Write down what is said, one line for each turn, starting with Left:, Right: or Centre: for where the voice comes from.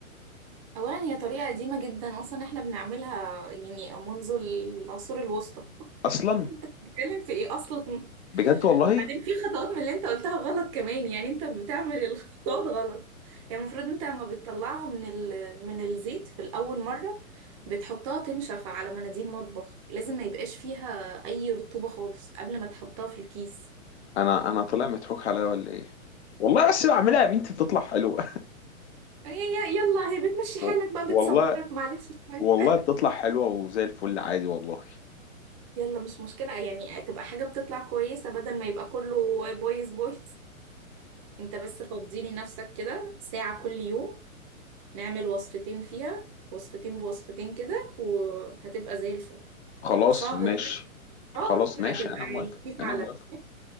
Right: اولا هي طريقه قديمه جدا اصلا احنا بنعملها يعني منذ العصور الوسطى
Left: اصلا
Right: <laughs> انت بتتكلم في ايه اصلا
Left: بجد والله
Right: وبعدين في خطوات من اللي انت قلتها غلط كمان يعني انت بتعمل الخطوات غلط يعني المفروض انت لما بتطلعها من ال... من الزيت في الاول مره بتحطها تنشف على مناديل مطبخ لازم ما يبقاش فيها اي رطوبه خالص قبل ما تحطها في الكيس
Left: انا انا طلع مضحوك عليا ولا ايه والله بس بعملها يا بنتي بتطلع حلوة
Right: يا- يا- يلا هي بتمشي حالك
Left: و-
Right: بقى
Left: والله
Right: بتصبرك معلش شوية.
Left: والله بتطلع حلوة وزي الفل عادي والله
Right: يلا مش مشكلة يعني تبقى حاجة بتطلع كويسة بدل ما يبقى كله بايظ بايظ انت بس فضيلي نفسك كده ساعة كل يوم نعمل وصفتين فيها وصفتين بوصفتين كده وهتبقى زي الفل
Left: خلاص
Right: شهر
Left: ماشي
Right: بس شهر
Left: خلاص ماشي
Right: هتبقى
Left: أنا موافق
Right: في
Left: أنا
Right: عالمي
Left: موافق